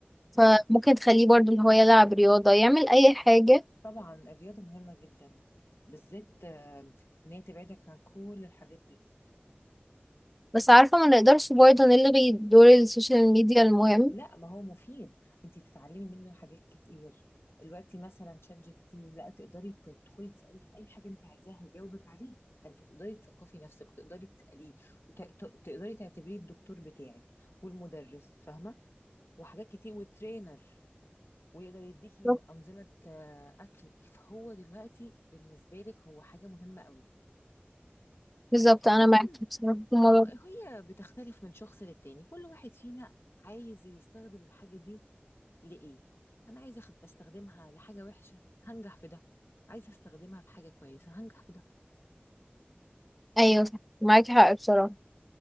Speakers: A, in the centre; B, on the left (about 80°).
A: فممكن
B: امم
A: تخليه برضو اللي هو يلعب رياضة يعمل أي حاجة
B: طبعا الرياضة مهمة جدا بالذات آه، ان هي تبعدك عن كل الحاجات دي
A: بس عارفة ما نقدرش برضه نلغي دور السوشيال ميديا المهم
B: لا ما هو مفيد انت تتعلمي منه حاجات كتير دلوقتي مثلا شات جي بي تي لا تقدري تدخلي تساليه في اي حاجه انت عايزاها يجاوبك عليها فانت تقدري تثقفي نفسك وتقدري تساليه وتقدري تعتبريه الدكتور بتاعك والمدرس فاهمه وحاجات كتير والترينر ويقدر يديكي
A: بالظبط.
B: انظمه آه، اكل فهو دلوقتي بالنسبه لك هو حاجه مهمه قوي
A: بالظبط أنا
B: لكن
A: معاكي بصراحة في الموضوع
B: اه
A: ده.
B: هي بتختلف من شخص للتاني كل واحد فينا عايز يستخدم الحاجه دي لإيه أنا عايزة أخد أستخدمها لحاجة وحشة هنجح في ده عايزة أستخدمها في حاجة كويسة هنجح في ده
A: أيوة صح معاكي حق بصراحة